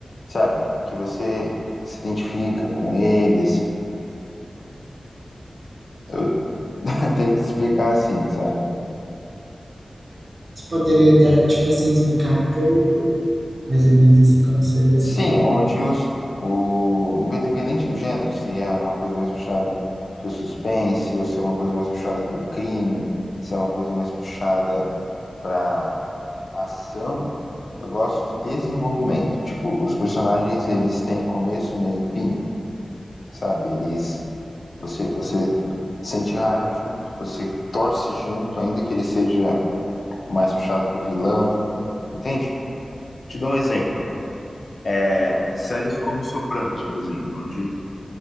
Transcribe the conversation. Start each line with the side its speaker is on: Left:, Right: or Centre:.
Left: sabe? Que você se identifica com eles. Eu <laughs> tento explicar assim, sabe?
Right: Você poderia, dar, tipo assim, explicar um pouco, mais ou menos assim, como seria essa?
Left: Sim, onde os, o independente do gênero, se é uma coisa mais puxada para o suspense, ou se é uma coisa mais puxada para o crime, se é uma coisa mais puxada para ação, eu gosto de desenvolvimento. Tipo, os personagens eles têm começo, meio e fim, sabe? Eles você você sente raiva junto, você torce junto, ainda que ele seja mais puxado pro vilão, entende? Te dou um exemplo. É, séries como Sopranos, por exemplo, onde